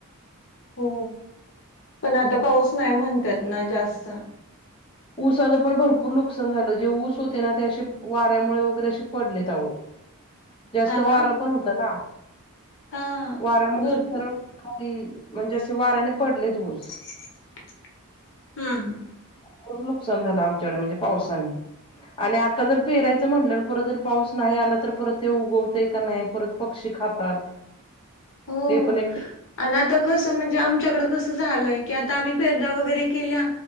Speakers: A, on the left; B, on the left.
A: हो पण आता पाऊस नाही म्हणतात ना जास्त.
B: ऊसाचं पण भरपूर नुकसान झालं जे ऊस होते ना ते असे वाऱ्यामुळे वगैरे असे पडलेत अहो. जास्त
A: ना
B: वारं पण होत ना.
A: हा
B: वाऱ्यामुळे
A: भरपूर
B: सरळ खाली म्हणजे असे वाऱ्याने पडलेत ऊस.
A: <inaudible> <unintelligible>
B: खूप नुकसान झालं आमच्याकडे म्हणजे पावसाने. आणि, आता जर पेरायचं म्हटलं परत जर पाऊस नाही आला, तर परत ते उगवतय का नाही. परत पक्षी खातात.
A: हो
B: ते पण एक
A: अन् आता कसं, म्हणजे आमच्याकडे कसं झालंय की, आता आम्ही पेरण्या वगैरे केल्या